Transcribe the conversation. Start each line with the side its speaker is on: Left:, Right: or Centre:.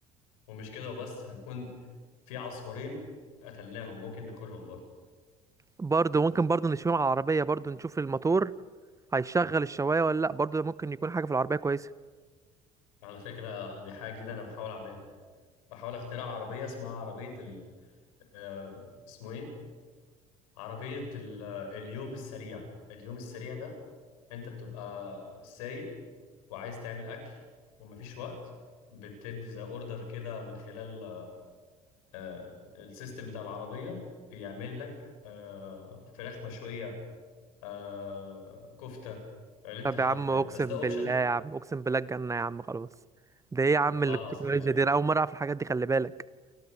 Left: ومش كده وبس هنكون في عصفورين قتلناهم ممكن ناكلهم برضه
Right: برضو ممكن برضو نشوف على العربيه برضو نشوف الموتور هيشغل الشوايه ولا لا برضو ممكن يكون حاجه في العربيه كويسه
Left: على فكرة دي حاجة جديدة انا بحاول اعملها بحاول اخترع عربية اسمها عربية ال... آه، اسمه ايه عربية ال... آه، اليوم السريع اليوم السريع ده انت بتبقى سايق وعايز تعمل اكل ومفيش وقت بتدي زي اوردر كده من خلال آه، السيستم بتاع العربية بيعمل لك آه، فراخ مشوية آه، كفتة اللي انت
Right: طب
Left: حابه
Right: يا عم اقسم
Left: يعني بس ده اوبشن
Right: بالله يا عم اقسم بالله الجنة يا عم خلاص ده ايه يا عم
Left: والله
Right: التكنولوجيا
Left: العظيم يا عم
Right: دي انا اول مرة اعرف الحاجات دي خلي بالك